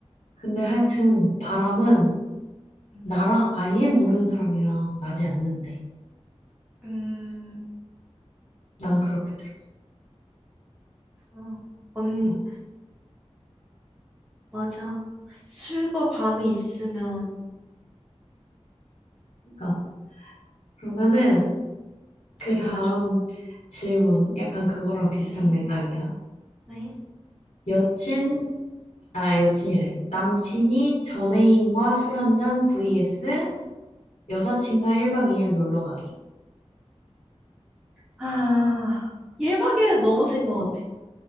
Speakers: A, on the left; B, in the centre.
A: 근데 하여튼 바람은
B: 음.
A: 나랑 아예 모르는 사람이랑 나지 않는데.
B: 음.
A: 난 그렇게 들었어.
B: 어. 언
A: 어,
B: 맞아. 술과 밤이 있으면
A: 그러니까 그러면은 그
B: 위험하죠.
A: 다음 질문 약간 그거랑 비슷한
B: 네.
A: 맥락이야.
B: 네.
A: 여친 아 여친이래. 남친이 전애인과 술 한잔 vs 여사친과 1박 2일 놀러 가기.
B: 아, 1박 2일은 너무 센 것 같아.